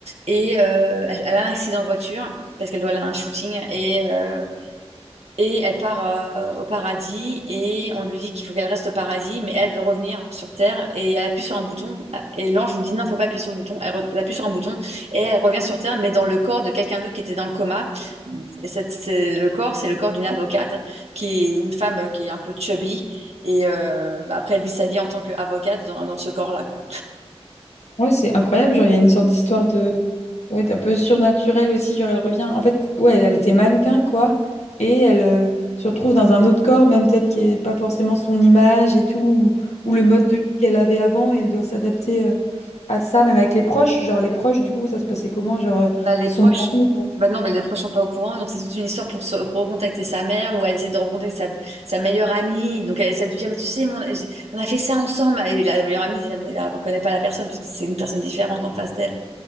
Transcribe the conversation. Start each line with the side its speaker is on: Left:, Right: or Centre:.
Right: et euh, elle elle a un accident de voiture parce qu'elle doit aller à un shooting et euh, Et elle part euh, au paradis et on lui dit qu'il faut qu'elle reste au paradis, mais elle veut revenir sur Terre et elle appuie sur un bouton et l'ange lui dit non, faut pas appuyer sur le bouton. Elle, re- elle appuie sur un bouton et elle revient sur Terre, mais dans le corps de quelqu'un d'autre qui était dans le coma. Et cette- c'est le corps, c'est le corps d'une avocate qui est une femme qui est un peu chubby et euh, bah, après elle vit sa vie en tant qu'avocate dans, dans ce corps-là, quoi.
Left: Ouais, c'est incroyable. Genre, il y a une sorte d'histoire de. Ouais, d'un peu surnaturel aussi. Genre, elle revient. En fait, ouais, elle était mannequin, quoi. Et elle euh, se retrouve dans un autre corps, même peut-être qui est pas forcément son image et tout, ou, ou le mode de vie qu'elle avait avant. Et elle doit s'adapter euh, à ça, même avec les proches. Genre, les proches, du coup, ça se passait comment? Genre, euh,
Right: Bah, les
Left: son
Right: proches,
Left: mari.
Right: maintenant, les proches sont pas au courant, donc c'est toute une histoire pour se recontacter sa mère ou elle essaie de recontacter sa, sa meilleure amie. Donc elle essaie de lui dire, mais tu sais, mon- j'ai- on a fait ça ensemble. Et la meilleure amie, déjà, mais elle reconnaît pas la personne puisque c'est une personne différente en face d'elle.